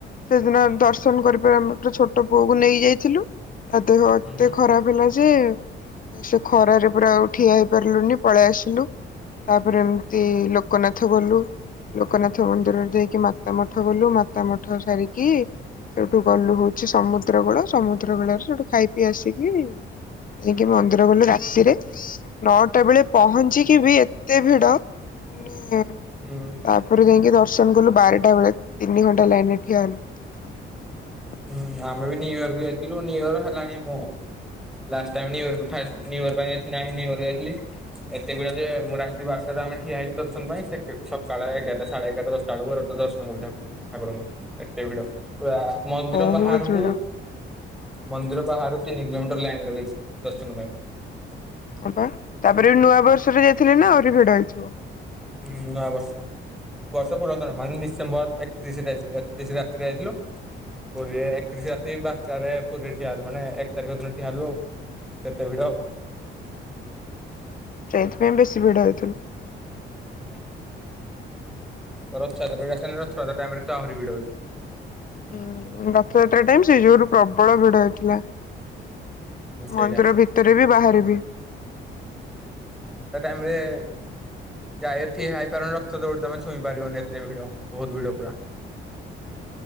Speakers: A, on the left; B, in the centre.
A: ସେଦିନ ଦର୍ଶନ କରିପାରି ଆମେ ଗୋଟେ ଛୋଟ ପୁଅକୁ ନେଇ ଯାଇଥିଲୁ। ତା ଦେହ
B: ହୁଁ।
A: ଟିକେ ଖରାପ ହେଲା ଯେ ଯେ ସେ ଖରାରେ ପୁରା ଆଉ ଠିଆ ହେଇପାରିଲୁନି ପଳେଇ ଆସିଲୁ। ତାପରେ ଏମତି ଲୋକନାଥ ଗଲୁ। ଲୋକନାଥ ମନ୍ଦିରରେ ଯାଇକି ମାତା ମଠ ଗଲୁ। ମାତା ମଠ ସାରିକି ସେଇଠୁ ଗଲୁ ହଉଛି ସମୁଦ୍ର କୂଳ ସମୁଦ୍ର କୂଳରେ ସେଠୁ ଖାଇ ପିଇ ଆସିକି ଯକି ମନ୍ଦିର ଗଲୁ ରାତିରେ ନଅଟା ବେଳେ ପହଞ୍ଚିକି ବି ଏତେ ଭିଡ। <inaudible>
B: ହୁଁ
A: ତାପରେ ଯାଇକି ଦର୍ଶନ କଲୁ ବାରଟା ବେଳେ। ତିନି ଘଣ୍ଟା ଲାଇନରେ ଠିଆ ହେଲୁ।
B: ହୁଁ ଆମେ ବି ନିୁୟର କୁ ଯାଇଥିଲୁ ନିୁୟର ହେଲାଣି ମୁଁ last time new year first new year ପାଇଁ ଯାଇଥିଲି ନ୍ୟୁୟର ରେ ଯାଇଥିଲି। ଏତେ ଭିଡ଼ ଯେ ମୁଁ ରାତି ବାରଟା ତ ଆମେ ଠିଆ ହେଇଚୁ ଦର୍ଶନ ପାଇଁ । ସକାଳ ଏଗାରଟାଢେ ଏଗାରା ଦଶଟା ବେଳ କୁ ଦର୍ଶନ କଲୁ ଠାକୁରଙ୍କୁ ଏତେ ଭିଡ ପୁରା। ମନ୍ଦିର
A: ବହୁତ
B: ବାହାରକୁ
A: ଭିଡ
B: ମନ୍ଦିର ବାହାରୁ ତିନି କିଲୋମିଟର ଲାଇନ୍ ଲଗେଇଛି ଦର୍ଶନ ପାଇଁ।
A: ହଁ ପା ତାପରେ ନୂଆ ବର୍ଷରେ ଯାଇଥିଲେ ନା ଆହୁରି ଭିଡ ହେଇଥିବ।
B: ହୁଁ ନୂଆବର୍ଷ। ବର୍ଷ ପୁରା ମାନେ ଡିସେମ୍ବର ଏକତିରିଶରେ ଯାଇଥିଲୁ ଏକତିରିଶ ରାତିରେ ଯାଇଥିଲୁ। ପୁରୀରେ ଏକତିରିଶ ରାତି ବାରଟାରେ ପୁରୀରେ ଠିଆ ହେଲୁ ମାନେ ଏକ ତାରିଖ ଦିନ ଠିଆ ହେଲୁ ଆଉ। ଏତେ ଭିଡ଼
A: ସେଇଥିପାଇଁ ବେଶୀ ଭିଡ ହେଇଥିଲୁ।
B: <inaudible> ରଥଯାତ୍ରାରେ <unintelligible> ରଥଯାତ୍ରା ଟାଇମରେ ତ ଆହୁରି ଭିଡ଼।
A: ଉଁ ରଥଯାତ୍ରା ଟାଇମ୍ ରେ ଯୋରେ ପ୍ରବଳ ଭିଡ ହେଇଥିଲା।
B: ହୁଏ ସେଇଟା
A: ମନ୍ଦିର ଭିତରେ ବି ବାହାରେବି।
B: <unintelligible> ଯାଇ ଠିଆ ହେଇପାରିବନି ରଥ ଦୌଡି ତମେ ଛୁଇଁ ପାରିବନି ଏତେ ଭିଡ ବହୁତ ପୁରା ଭିଡ।